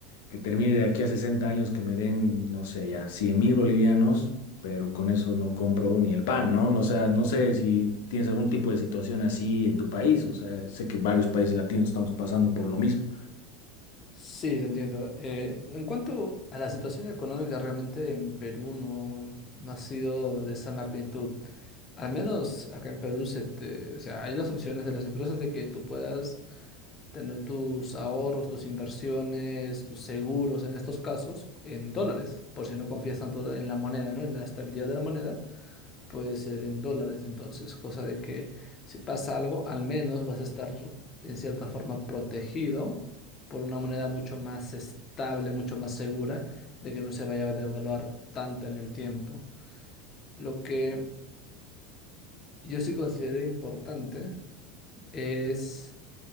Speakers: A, on the left; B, on the left.
A: que termine de aquí a 60 años que me den, no sé, ya cien mil bolivianos, pero con eso no compro ni el pan, ¿no? O sea, no sé si tienes algún tipo de situación así en tu país, o sea, sé que varios países latinos estamos pasando por lo mismo.
B: Sí, te entiendo. Eh, en cuanto a la situación económica, realmente en Perú no, no ha sido de esa magnitud. Al menos acá en Perú se te- o sea, hay las opciones de las empresas de que tú puedas tener tus ahorros, tus inversiones, tus seguros en estos casos en dólares, por si no confías tanto en la moneda, ¿no? En la estabilidad de la moneda puede ser en dólares, entonces, cosa de que si pasa algo, al menos vas a estar en cierta forma protegido por una moneda mucho más estable, mucho más segura de que no se vaya a devaluar tanto en el tiempo. Lo que yo sí considero importante es